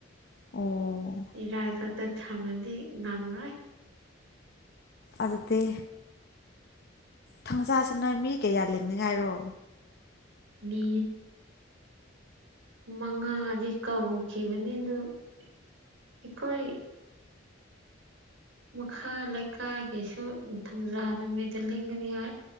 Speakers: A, on the left; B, on the right.
A: ꯑꯣ
B: ꯏꯔꯥꯏ ꯈꯛꯇ ꯊꯝꯃꯗꯤ ꯉꯝꯂꯣꯏ
A: ꯑꯗꯨꯗꯤ ꯊꯥꯡꯖꯥꯁꯤ ꯅꯣꯏ ꯃꯤ ꯀꯌꯥ ꯂꯤꯡꯅꯤꯡꯉꯥꯏꯔꯣ
B: ꯃꯤ ꯃꯉꯥꯗꯤ ꯀꯧꯈꯤꯕꯅꯤ ꯑꯗꯨ ꯑꯩꯈꯣꯏ ꯃꯈꯥ ꯂꯩꯀꯥꯏꯒꯤꯁꯨ ꯊꯥꯡꯖꯥ ꯅꯨꯃꯤꯠꯗ ꯂꯤꯡꯒꯅꯤ ꯍꯥꯏ